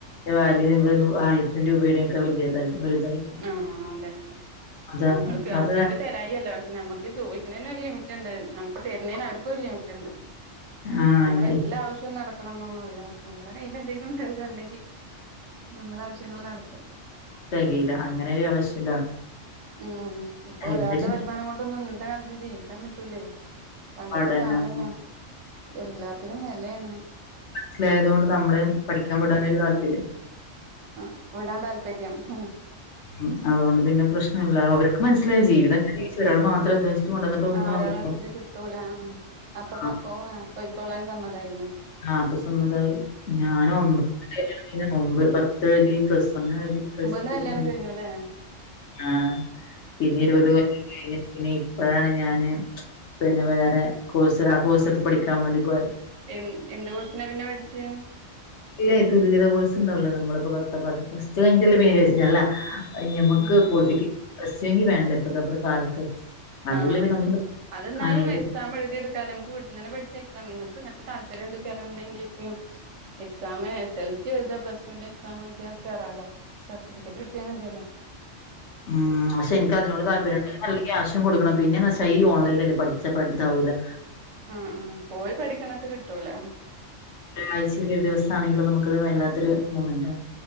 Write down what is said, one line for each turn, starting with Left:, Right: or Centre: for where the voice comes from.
Left: വാല് നമ്മള് നൂ ആയിരം ത്ത രൂപെടെ ഒക്കെ വല്ല്യയതായ വലുതായി
Right: ഉം ഉം അതെതെ
Left: അതാ
Right: നമ്മൾക്ക് ഹസ്ബൻഡ്
Left: അത്
Right: തരായി അല്ല പക്ഷെ ഞമ്മക്ക് ചോയിക്കണെന് ഒരു ലിമിറ്റ് ഉണ്ട് നമുക്ക് തെര്ണെന് അവർക്കും ഒരു ലിമിറ്റ് ഇണ്ട്.
Left: ആഹ്
Right: നമ്മളെ എല്ലാ ആവശ്യവും നടക്കണം ന്നൊന്നുല്ല. നമ്മളെ കയ്യില് എന്തെലും ഉണ്ടാവുകയുണ്ടെങ്കി നമ്മള ആവശ്യങ്ങള് നടത്ത
Left: തെകയീല അങ്ങനെ ഒരു അവശ്യം ഇതാണ്.
Right: ഉം ഇപ്പൊ
Left: എല്ലാത്തിനും
Right: ഒരാൾടെ വരുമാനം കൊണ്ടൊന്നും ഇന്നത്തെ കാലത്ത് ജീവിക്കാൻ പറ്റൂലേ. പണ്ടത്തെ
Left: പഠനം
Right: കാലല്ല എല്ലാത്തിനും വെലയാണ്.
Left: മനസ്സിലായതു കൊണ്ട് നമ്മളേം പഠിക്കാൻ വിടാനരു താല്പര്യം.
Right: ആഹ് വിടാൻ താല്പര്യം ഹും.
Left: ഉ അതുകൊണ്ട് പിന്നെ പ്രശ്നം ഇല്ല അവർക്ക് മനസിലായി ജീവിതം ഇങ്ങനെ ഒരാൾ മാത്രം <unintelligible> ഒന്നും
Right: ആഹ് ഒരാളെ
Left: ആവില്ല
Right: മനസ്സിലും കിട്ടൂല ആഹ് അപ്പൊ
Left: ആഹ്
Right: പൊക്കോം വേ പൊയ്ക്കോളാൻ സമ്മതായീലെ.
Left: ആഹ് അപ്പ സമുദായി ഞാനും ഒമ്പ് കല്യാണം കഴിഞ്ഞപ്പോ ഒമ്പ് പത്ത് എഴുതി പ്ലസ് വൺ എഴുതി പ്ലസ്
Right: നെ
Left: ടു
Right: കല്യാണം
Left: മൂന്ന്
Right: കഴിഞ്ഞു ലെ
Left: ആഹ് പിന്നെ ഇരുപത്
Right: ശരി
Left: <unintelligible> വം ഇപ്പഴാണ് ഞാന് പിന്നെ വേറെ കോഴ്സ് ആ കോഴ്സ് എടുത്ത് പഠിക്കാൻ വേണ്ടി പോയത്.
Right: എൻ എന്ത് കോഴസിനാ പിന്നെ പഠിച്ച്?
Left: ഇല്ലേ തുല്യത കോഴ്സ് ഉണ്ടാവല്ലോ നമ്മളിപ്പോ പത്താ പ്ലസ് ടു കഴിഞ്ഞട്ടല്ലേ പിന്നെ രജ് അല്ല ഞമ്മക്ക്
Right: ആ ആ
Left: കോളിഫിക്കെ കസ്റ്റെങ്കി വേണ്ട ഇപ്പത്തെപറ് കാലത്ത്. അതുല്ല
Right: ആഹ്
Left: പിന്നെ ഒന്നിനും
Right: അത് ഇന്നാലും
Left: ആയാല്
Right: എക്സാം എഴുതി ഇടുക്കാ നമുക്ക് വീ ട്ടുന്നനെ പഠിച്ച് എക്സാം നിങ്ങക്ക് ങ്ങ താൽപ്പര്യുണ്ട് കേറ എന്തെങ്കിലൊക്കെയും എക്സാമ് എസ് എൽ സി എഴുതാ പ്ലസ് ടുന്റെ എക്സാം എഴുതിയാ കേറാലോ. സർട്ടിഫിക്കറ്റ് കിട്ടിയാ മതിയെല്ലോ.
Left: ഉം പക്ഷെ എനിക്ക് അതിനോട് താല്പര്യണ്ട് നല്ല ക്യാഷും കൊടുക്കണം പിന്നെന്ന് വച്ചാ ഈ ഓലൈനിൽ അല്ലേ പഠി ച്ച പഠിത്താവൂലാ.
Right: ഉം ഉം പോയി പഠിക്കണത് കിട്ടൂല.
Left: ഒരാഴ്ചീല് ഒരു ദിവസാണെങ്കിലും നമുക്കത് വല്ലാത്തൊരു മൊമെന്റാണ്